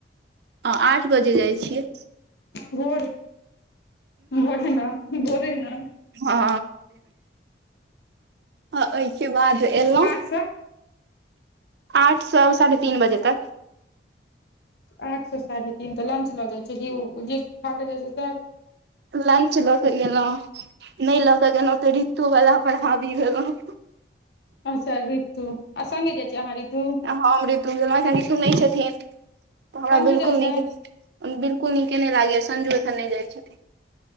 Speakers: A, on the right; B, on the left.
A: हाँ अ-आठ बजे जाइ छियै।
B: भोर। भोरे ना भोरे ना
A: हँ हाँ ओहिके बाद एलहुँ।
B: सँ
A: आठ स- साढ़े तीन बजे तक।
B: आठ स साढ़े तीन तऽ लंच लऽ जाइ छै जे- उ- खा- कऽ जाइ छै साह
A: लंच लऽ के गेलहुँं नहि लऽ के गेलहुँ तऽ ऋतु वाला पर हाबी भेलहूँ
B: अच्छा रितु आ सङगे जाइ छी अहाँ ऋतु।
A: हम ऋतु गेलहूँ एखन ऋतु नहि छथिन तऽ हमरा
B: संजू
A: बिल्कुल
B: जाइ छै
A: नीक बिल्कुल नीके नहि लागैया संजू एखन नहि जाय छथिन।